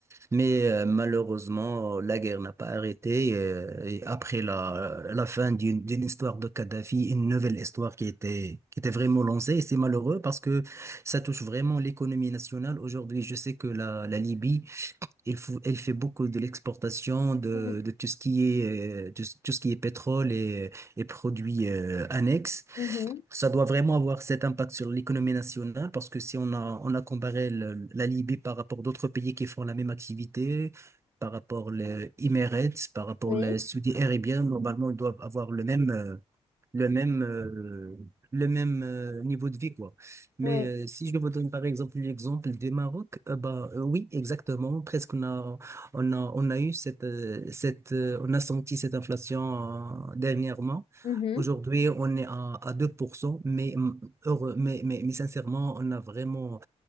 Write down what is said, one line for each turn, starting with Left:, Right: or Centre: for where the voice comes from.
Right: Mais euh, malheureusement, la guerre n'a pas arrêté. euh, Et, après la, euh, la fin d'une d'une histoire de Kadhafi, une nouvelle histoire qui était, qui était vraiment lancée. Et c'est malheureux parce que ça touche vraiment l'économie nationale. Aujourd'hui, je sais que la, la Libye il faut, elle fait beaucoup de l'exportation de,
Left: mm,
Right: de tout ce qui est, euh, tout, ce tout ce qui est pétrole et, et produits euh, annexes.
Left: mhm,
Right: Ça doit vraiment avoir cet impact sur l'économie nationale parce que si on a, on a comparé le- la Libye par rapport d'autres pays qui font la même activité, par rapport les Emirates, par rapport
Left: Oui,
Right: les Saudi Arabien, normalement, ils doivent avoir le même, euh, le même, euh, le même euh, niveau de vie, quoi. Mais
Left: oui,
Right: euh, si je vous donne par exemple l'exemple du Maroc, euh, bah, euh, oui, exactement. Presque on a, on a, on a eu cette, euh, cette, euh, on a senti cette inflation euh, dernièrement.
Left: mhm,
Right: Aujourd'hui, on est à, à 2% mais, mm, heureux, mais, mais, mais sincèrement, on a vraiment